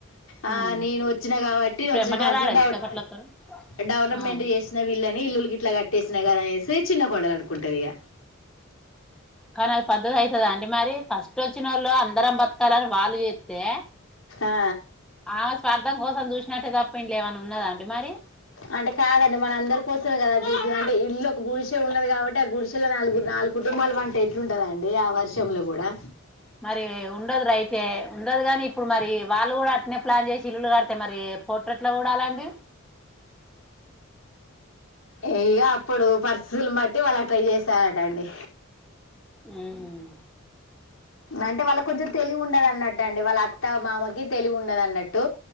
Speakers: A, in the centre; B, on the left.
A: మరి
B: ఆ నేను వచ్ చ్చిన కాబట్టి
A: ఇప్పుడు
B: వచ్చిన
A: ఎమ్మటే
B: కా
A: రాడు ఎంతసేపట్ల
B: డౌట్
A: వత్తడు
B: డెవలప్మెంట్
A: రాడు
B: చేసిన వీళ్ళని ఇల్లులు గిట్ల కట్టేసినా కదా అనేసి చిన్న కొడలు అనుకుంటది ఇగ
A: కానీ అది పద్ధతి అయితద అండి మరి ఫస్ట్ వచ్చిన వాళ్ళు అందరం బతకాలని వాళ్ళు చెత్తే
B: ఆ
A: ఆమె స్వార్థం కోసం చూసినట్టే తప్ప ఇం లో ఏమన్న ఉన్నద అండి మరి
B: అంటే కాదండి మన అందరి కోసమే కదా <unintelligible> అంటే ఇల్లు ఒక గురిసె ఉన్నది కాబట్టి ఆ గురిసెలో నాలుగు నాలుగు కుటుంబాలు వంట ఎట్లుంటదండి ఆ వర్షంలో కూడా
A: మరి ఉండదు రైటె ఉండదు గాని ఇప్పుడు మరి వాళ్ళు కూడా అట్నే ప్లాన్ చేసి ఇల్లులు కడితే మరి పోట్రెట్ల కూడాలండి
B: ఏ అప్పుడు పరిస్థితులను బట్టి వాళ్లు అట్లా చేశారటండి
A: మ్మ్
B: అంటే వాళ్లకు కొంచెం తెలివి ఉండదు అన్నట్ దండి వాళ్ళ అత్త మామకి తెలివి ఉండదు అన్నట్టు